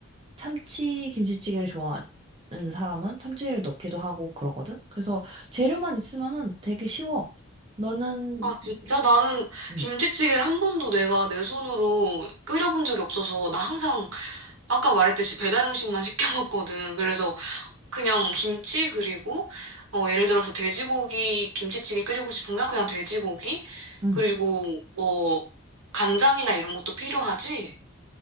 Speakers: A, on the right (about 25°); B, on the right (about 80°).
A: 참치 김치찌개를 좋아하는 사람은 참치를 넣기도 하고 그러거든? 그래서 재료만 있으면은 되게 쉬워. 너는,
B: 아, 진짜 나는
A: 응,
B: 김치찌개를 한 번도 내가 내 손으로 끓여본 적이 없어서 나 항상 아까 말했듯이 배달 음식만 시켜 먹거든. 그래서 그냥 김치 그리고 어, 예를 들어서 돼지고기 김치찌개 끓이고 싶으면 그냥 돼지고기
A: 응
B: 그리고 뭐 간장이나 이런 것도 필요하지?